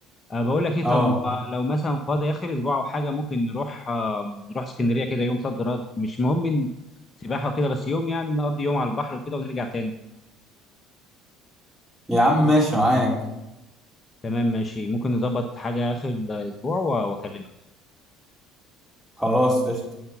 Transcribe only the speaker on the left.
أه بقول لك ايه
طب ما لو مثلا فاضي آخر أسبوع أو حاجة ممكن نروح أه نروح اسكندرية كده يوم صد رد مش مهم من سباحة وكده بس يوم يعني نقضي يوم على البحر وكده ونرجع تاني
تمام ماشي ممكن نظبط حاجة آخر الأسبوع و- وأكلمك